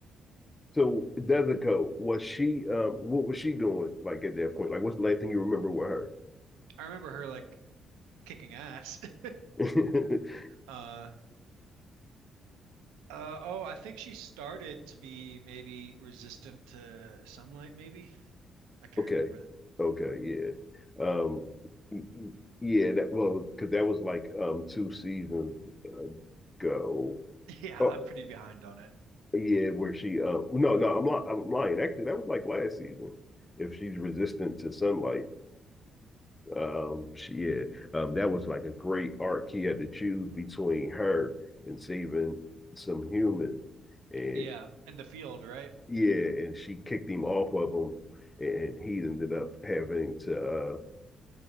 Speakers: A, on the left; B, on the right.
A: So, Desico, was she, um, what was she doing like at that point? Like, what's the last thing you remember with
B: I remember her like kicking ass. <laughs>
A: her? <laughs>
B: Uh, uh, oh, I think she started to be maybe resistant to sunlight, maybe. I can't
A: Okay.
B: remember.
A: Okay. Yeah. Um. y- y- Yeah. That well, because that was like um two seasons ago.
B: <laughs> Yeah,
A: Oh,
B: I'm pretty behind on it.
A: yeah. Where she? Uh, no, no. I'm li- I'm lying. Actually, that was like last season. If she's resistant to sunlight, um, she, yeah, um, that was like a great arc. He had to choose between her and saving some human, and
B: Yeah, in the field, right?
A: yeah, and she kicked him off of him, and he ended up having to uh